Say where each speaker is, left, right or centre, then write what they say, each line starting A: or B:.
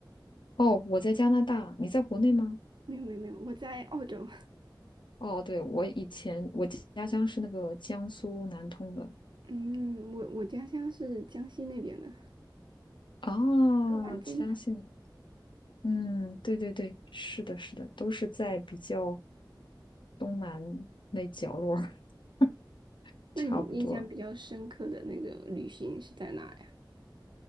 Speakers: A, on the left; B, on the right.
A: 哦，我在加拿大，你在国内吗？
B: 没有没有没有，我在澳洲。<laughs>
A: 哦，对，我以前我家乡是那个江苏南通的
B: 嗯，我我家乡是江西那边的，还
A: 啊，
B: 都蛮近的。
A: 江信，嗯，对对对，是的，是的，都是在比较东南那角落儿 <laughs>
B: 那你们印象比较深刻的那个旅行是在哪呀？
A: 差不多。